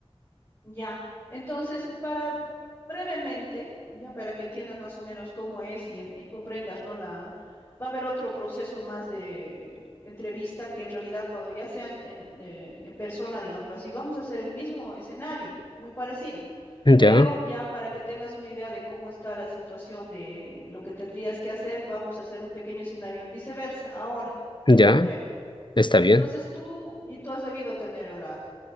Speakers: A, on the left; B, on the left.
A: Ya. Entonces, para brevemente, ya para que entiendas más o menos cómo es y, en- y comprendas, ¿no? La, va a haber otro proceso más de entrevista que en realidad cuando ya sean en, de- en persona, digámoslo así, vamos a hacer el mismo escenario, muy parecido
B: Ya,
A: Pero ya para que tengas una idea de cómo está la situación de lo que tendrías que hacer, vamos a hacer un pequeño escenario en viceversa. Ahora, muy
B: ya,
A: breve.
B: está bien.
A: Entonces tú, y tú has debido tener a la,